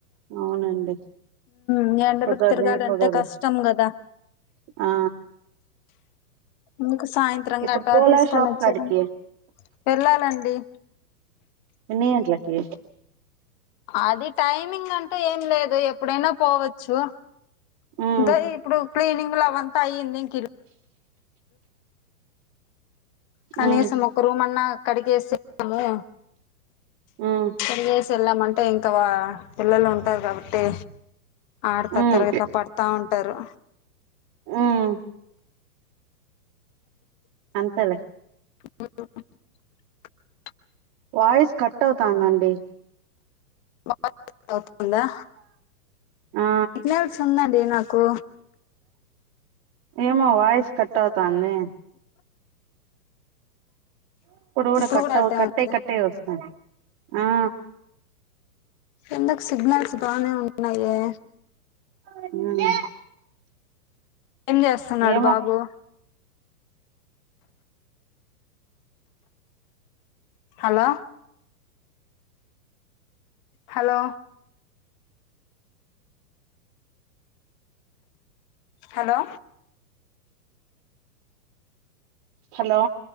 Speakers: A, on the right (about 35°); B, on the left (about 30°).
A: అవునండి
B: న్నిండలకు
A: కుదరనే
B: తిరగాలింటే
A: కుదరదు
B: కష్టం కదా
A: ఆ
B: మీకు సాయంత్రం
A: ఇప్పుడు
B: గటా
A: పోలా
B: తీసుకొని
A: షాప్
B: వచ్చారండి
A: కాడికి
B: వెళ్ళాలండి
A: న గంటలకి
B: అది టైమింగ్ అంటూ ఏం లేదు ఎప్పుడైనా పోవచ్చు
A: ఉమ్
B: దా ఇప్పుడు ప్లేనింగ్ లో అవంతా అయ్యింది ఇంక కనీసం
A: ఉమ్
B: ఒక్క రూమ అన్న అక్కడికిసేాము
A: ఉమ్
B: స <unintelligible> చెళ్లామ అంటే ఇంకా పిల్లలు ఉంటారు కాబట్టి ఆడతా
A: ఉమ్
B: తిరగతా పడతా ఉంటారు
A: ఉమ్ అంతలే
B: <unintelligible>
A: వాయిస్ కట్ అవుతందండి
B: <unintelligible> దా
A: ఆ
B: సిగ్నల్స్ ఉందండి నాకు
A: ఏమో వాయిస్ కట్వుతాంది ఇప్పుడ కూడా
B: ఇప్పుడు
A: కట్ట
B: అట్టే
A: కట్ట
B: ఉంది
A: కట్టే వస్త ఆ
B: ఎందకు సిగ్నల్స్ బానే ఉన్నా ఏ
A: <unintelligible>
B: ఏం చేస్తున్నాడు
A: ఏమో
B: బాబు హలో హలో హలో
A: హలో